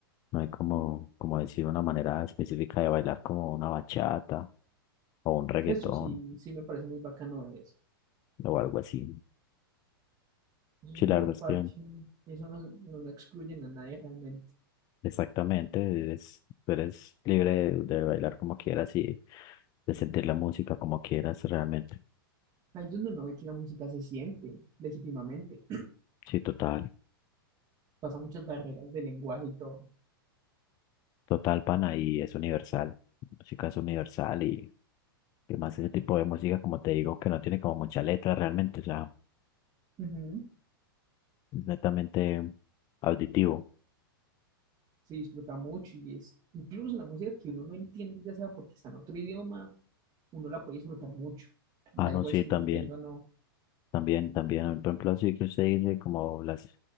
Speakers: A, on the left (about 30°); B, on the right (about 30°).
A: no hay como, como decir una manera específica de bailar como una bachata o un reggaetón
B: Eso sí, sí me parece muy bacano de eso.
A: o algo así.
B: Eso
A: Sí,
B: es
A: la
B: muy
A: verdad
B: parche.
A: es que
B: Y eso no, no lo excluyen a nadie realmente.
A: exactamente, eres, tú eres libre de, de bailar como quieras y de sentir la música como quieras realmente.
B: Ahí es donde uno ve que la música se siente legítimamente.
A: Sí, total.
B: Pasa muchas barreras de lenguaje y todo.
A: Total, pana, y es universal. Música es universal y que más ese tipo de música, como te digo, que no tiene como mucha letra realmente, o sea,
B: Ujú.
A: es netamente auditivo.
B: Se disfruta mucho y es incluso la música que uno no entiende, ya sea porque está en otro idioma, uno la puede disfrutar mucho. Da
A: Ah, no,
B: igual
A: sí,
B: si la
A: también,
B: entiendo o no.
A: también, también. Por ejemplo, así que usted dice como las,